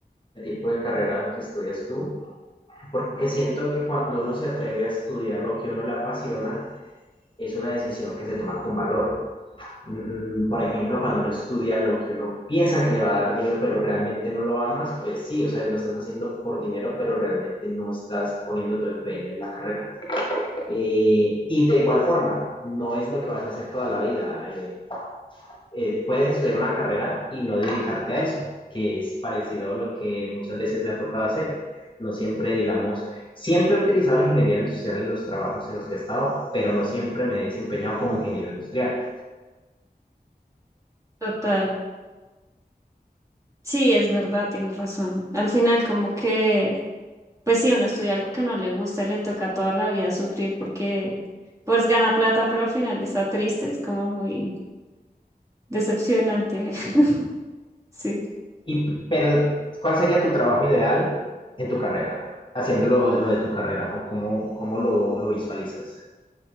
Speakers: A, on the left; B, on the right.
A: tipo de carrera que estudias tú, porque siento que cuando uno se atreve a estudiar lo que a uno le apasiona, es una decisión que se toma con valor. Mm, Por ejemplo, cuando uno estudia lo que uno piensa que le va a dar dinero, pero realmente no lo amas, pues sí, o sea, lo estás haciendo por dinero, pero realmente no estás poniendo tu empeño en la carrera. Eh, y de igual forma, no es lo que vas a hacer toda la vida. Eh, eh, puedes estudiar una carrera y no dedicarte a eso, que es parecido a lo que muchas veces me ha tocado hacer. No siempre, digamos, siempre he utilizado la ingeniería industrial en los trabajos en los que he estado, pero no siempre me he desempeñado como ingeniero industrial.
B: total. Sí, es verdad, tienes razón. Al final como que Pues si uno estudia algo que no le gusta, le toca toda la vida sufrir porque pues gana plata, pero al final está triste, es como muy decepcionante. <laughs> Sí.
A: Y, pero, ¿cuál sería tu trabajo ideal en tu carrera? Haciendo lo, lo de tu carrera o cómo, cómo lo, lo visualizas.